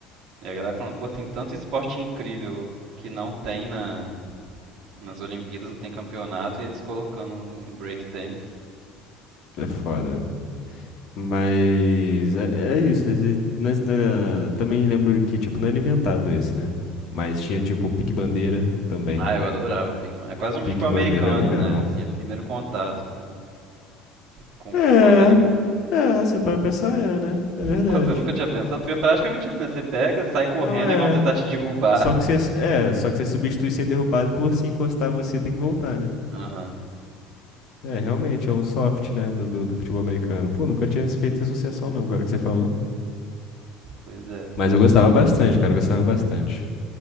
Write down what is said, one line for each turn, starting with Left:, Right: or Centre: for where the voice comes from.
Right: E a galera falando, pô, tem tanto esporte incrível que não tem na, nas Olimpíadas, não tem campeonato, e eles colocando o breakdance.
Left: É foda. Mas é, é isso. esse- nas- na- também lembro que, tipo, não era inventado esse, né? Mas tinha, tipo, pique-bandeira também.
Right: Ah, eu adorava Pikmin. É quase um
Left: Pique-bandeira
Right: futebol americano,
Left: é legal.
Right: né? Assim, é o primeiro contato com, com o
Left: É.
Right: futebol americano.
Left: É, você para pensar, é, né?
Right: <laughs>
Left: É verdade.
Right: Pô, você nunca tinha pensado, porque é praticamente isso, né? Você pega, sai correndo
Left: Não é.
Right: e vão tentar te derrubar.
Left: Só que você, é, só que você substitui ser derrubado por se encostar, você tem que voltar, né?
Right: <laughs> Aham,
Left: É, realmente, é um soft, né, do, do, do futebol americano. Pô, nunca tinha feito essa associação, não, agora que você falou.
Right: pois é.
Left: Mas eu gostava bastante, cara, eu gostava bastante.